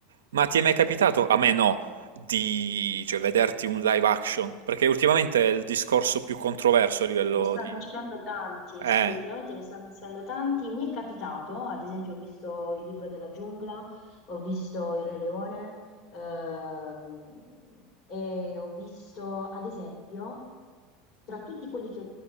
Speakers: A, on the right (about 85°); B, on the left (about 60°).
A: ma ti è mai capitato, a me no, di cioè, vederti un live action? Perché ultimamente è il discorso più controverso a livello
B: Ne stanno
A: di...
B: uscendo tanti,
A: Eh?
B: eh sì, ultimamente ne stanno uscendo tanti. Mi è capitato, ad esempio, ho visto il libro della giungla, ho visto il Re Leone, ehm, e ho visto, ad esempio, tra tutti quelli che ho,